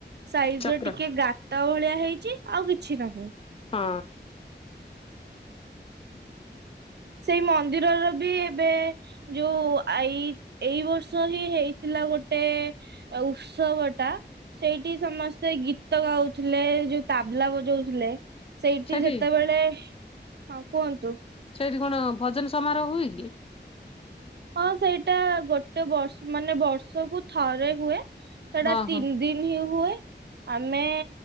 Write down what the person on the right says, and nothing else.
ସାଇଜ୍
ର ଟିକେ ଗାତ ଭଳିଆ ହେଇଚି ଆଉ କିଛି ନାହିଁ।
ସେଇ ମନ୍ଦିରର ବି ଏବେ ଯୋଉ ଆ ଏଇ ଏଇ ବର୍ଷ ହିଁ ହେଇଥିଲା ଗୋଟେ ଆ ଉତ୍ସବ ଟା ସେଇଠି ସମସ୍ତେ ଗୀତ ଗାଉଥିଲେ ଯୋଉ ତାବଲା ବଜଉଥିଲେ। ସେଇଠି
ଯେତେବେଳେ ହଁ କୁହନ୍ତୁ।
ହଁ ସେଇଟା ଗୋଟେ ବର୍ଷ ମାନେ ବର୍ଷକୁ ଥରେ ହୁଏ। ସେଇଟା
ତିନି ଦିନ ହିଁ ହୁଏ। ଆମେ